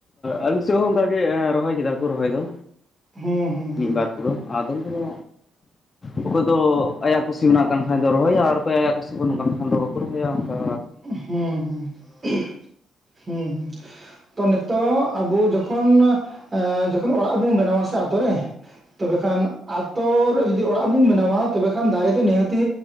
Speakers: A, on the left (about 35°); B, on the right (about 25°).
A: ᱟᱞᱮ ᱥᱮᱫ ᱦᱚᱸ ᱚᱱᱠᱟ ᱜᱮ ᱨᱚᱦᱚᱭ ᱠᱮᱫᱟ ᱠᱚ ᱨᱚᱦᱚᱭ ᱫᱚ
B: ᱦᱮᱸ ᱦᱮᱸ
A: ᱢᱤᱫᱵᱟᱨ ᱠᱚᱫᱚ ᱟᱫᱚᱢ ᱠᱚᱫᱚ ᱚᱠᱚᱭ ᱫᱚ ᱟᱭᱟᱜ ᱠᱩᱥᱤ ᱢᱮᱱᱟᱜ ᱠᱟᱱ ᱠᱷᱟᱱ ᱫᱚ ᱨᱚᱦᱚᱭᱟ ᱟᱨ ᱚᱠᱚᱭᱟᱜ ᱟᱭᱟᱜ ᱠᱩᱥᱤ ᱵᱟᱹᱱᱩᱜ ᱠᱟᱱ ᱠᱷᱟᱱ ᱫᱚ ᱵᱟᱠᱚ ᱨᱚᱦᱚᱭᱟ ᱚᱱᱠᱟ
B: ᱦᱮᱸ ᱦᱮᱸ ᱦᱮᱸ ᱦᱮᱸ ᱛᱚ ᱱᱤᱛᱚᱜ ᱟᱵᱚ ᱡᱚᱠᱷᱚᱱ ᱡᱚᱠᱷᱚᱱ ᱚᱲᱟᱜ ᱵᱚᱱ ᱵᱮᱱᱟᱣᱟ ᱥᱮ ᱟᱛᱳ ᱨᱮ᱾ ᱛᱚᱵᱮ ᱠᱷᱟᱱ ᱟᱛᱳ ᱨᱮ ᱡᱩᱫᱤ ᱚᱲᱟᱜ ᱵᱚᱱ ᱢᱮᱱᱟᱣᱟ ᱛᱚᱵᱮ ᱠᱷᱟᱱ ᱫᱟᱨᱮ ᱫᱚ ᱱᱤᱦᱟᱹᱛᱤ